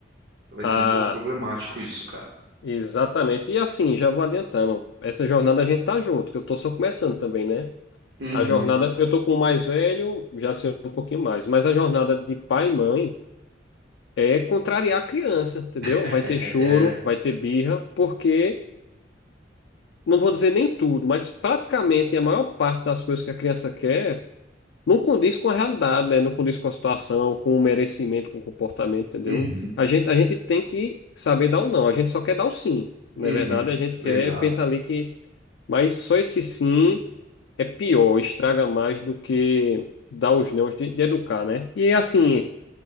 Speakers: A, on the right; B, on the left.
A: Vai
B: Ah,
A: ser um pouco problemático isso, cara.
B: Exatamente. E assim, já vou adiantando. Essa jornada a gente tá junto, que eu tô só começando também, né?
A: Uhum.
B: A jornada,
A: <laughs>
B: eu tô com o mais velho, já sei um pouquinho mais, mas a jornada de pai e mãe é contrariar a criança, entendeu?
A: É,
B: Vai ter choro,
A: é.
B: vai ter birra, porque não vou dizer nem tudo, mas praticamente a maior parte das coisas que a criança quer não condiz com a realidade, né? Não condiz com a situação, com o merecimento, com o comportamento, entendeu?
A: Uhum,
B: A gente, a gente tem que saber dar o não, a gente só quer dar o sim. Na
A: uhum,
B: verdade, a gente quer
A: exato.
B: pensar ali que. Mas só esse sim é pior, estraga mais do que dar os nãos de, de educar, né? E é assim,